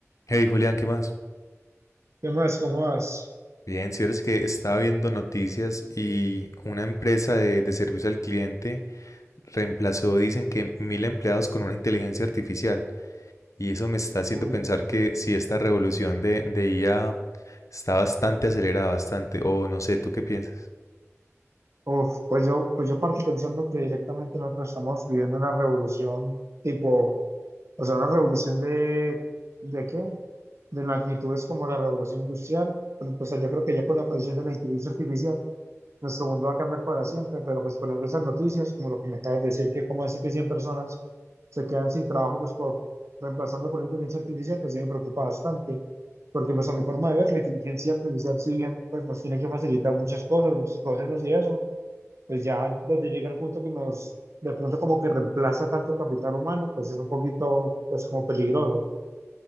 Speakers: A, on the left; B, on the right.
A: Hey Julián, ¿qué más?
B: ¿Qué más? ¿Cómo vas?
A: Bien, si eres que estaba viendo noticias y una empresa de, de servicio al cliente reemplazó, dicen que mil empleados con una inteligencia artificial. Y eso me está haciendo
B: Uy,
A: pensar que si esta revolución de, de IA está bastante acelerada, bastante, o no sé, ¿tú qué piensas?
B: uf, pues yo, pues yo parto pensando que directamente nosotros estamos viviendo una revolución tipo, o sea, una revolución de, ¿de qué? De magnitudes como la revolución industrial, pero pues yo creo que ya con la aparición de la inteligencia artificial nuestro mundo va a cambiar para siempre, pero pues por ejemplo esas noticias, como lo que me acabas de decir, que como así que 100 personas se quedan sin trabajo pues por reemplazando por inteligencia artificial, pues sí me preocupa bastante, porque pues a mi forma de ver, la inteligencia artificial si bien pues nos tiene que facilitar muchas cosas, muchos procesos y eso, pues ya donde llega el punto que nos de pronto como que reemplaza tanto capital humano, pues es un poquito pues como peligroso.